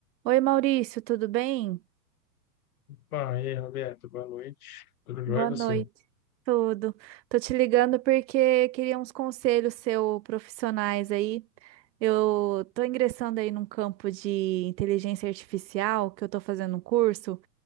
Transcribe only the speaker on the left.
Bom, e aí, Roberto, boa noite. Tudo
jóia e você?